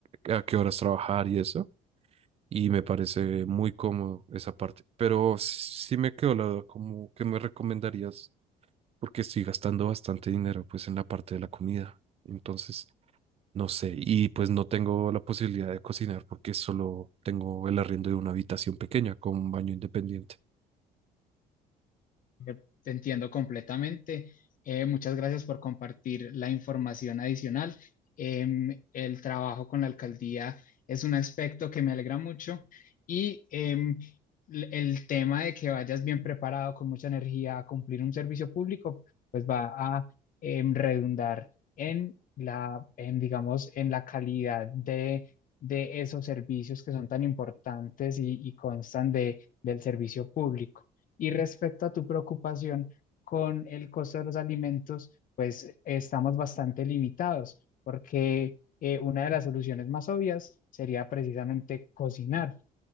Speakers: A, on the right; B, on the left.
A: a qué horas trabajar y eso y me parece muy cómodo esa parte. Pero sí me quedó la duda, como que me recomendarías porque estoy gastando bastante dinero pues en la parte de la comida. Entonces... No sé, y pues no tengo la posibilidad de cocinar porque solo tengo el arriendo de una habitación pequeña con un baño independiente.
B: Eh, Te entiendo completamente. Eh, muchas gracias por compartir la información adicional. Em, el trabajo con la alcaldía es un aspecto que me alegra mucho y em, l- el tema de que vayas bien preparado, con mucha energía a cumplir un servicio público, pues va a em, redundar en la, en, digamos, en la calidad de, de esos servicios que son tan importantes y, y constan de, del servicio público. Y respecto a tu preocupación con el costo de los alimentos, pues estamos bastante limitados porque eh, una de las soluciones más obvias sería precisamente cocinar.